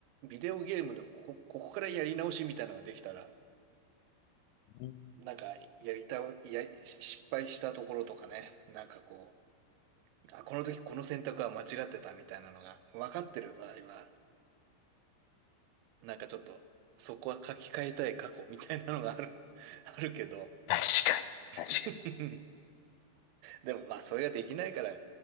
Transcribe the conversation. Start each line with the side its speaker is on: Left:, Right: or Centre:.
Right: ビデオゲームのここ、ここからやり直しみたいなのができたら、
Left: うん
Right: なんか、やりたい、やり、失敗したところとかね、なんかこう、あ、この時この選択は間違ってたみたいなのが分かってる場合は、なんかちょっと、そこは書き換えたい過去みたいなのがある、<laughs> あるけど、
Left: 確かに、確か
Right: <laughs> でもまあ、それができないから、